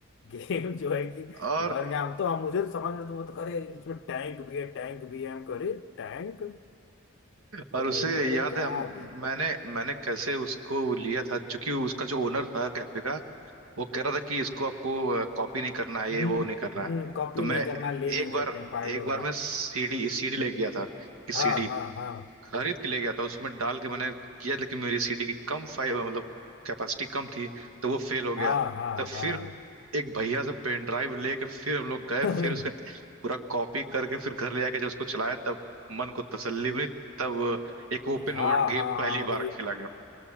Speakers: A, on the left; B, on the right.
A: गेम <laughs> जो है कि
B: और
A: बन गया हम तो हम मुझे तो समझ में तो वो तो करे इसमें टैंक भी है टैंक भी है हम कह रहे टैंक
B: और
A: तो,
B: उसे
A: अरे
B: याद
A: क्या
B: है हम
A: दिन
B: मैंने मैंने कैसे उसको लिया था क्योंकि उसका जो ओनर था कैफे का वो कह रहा था कि इसको आपको कॉपी नहीं करना है
A: हम्म
B: ये वो नहीं करना
A: हम्म
B: है
A: कॉपी
B: तो मैं
A: नहीं करना ले नहीं
B: एक बार
A: सकते हैं फाइल
B: एक
A: वगैरह
B: बार मैं सीडी सीडी ले गया था कि
A: हाँ
B: सीडी
A: हाँ हाँ
B: खरीद के ले गया था उसमें डाल के मैंने किया लेकिन मेरी सीडी की कम फाइल मतलब कैपेसिटी कम थी तो वो फेल हो गया
A: हाँ हाँ
B: तो फिर
A: हाँ
B: एक भैया से पेन ड्राइव लेके फिर हम लोग गए
A: <laughs>
B: फिर उसका पूरा कॉपी करके फिर घर ले आके जब उसको चलाया तब मन को तसल्ली मिली तब एक ओपन
A: ये हाँ
B: वर्ल्ड गेम
A: हाँ
B: पहली
A: हाँ अब
B: बार
A: ये
B: खेला गया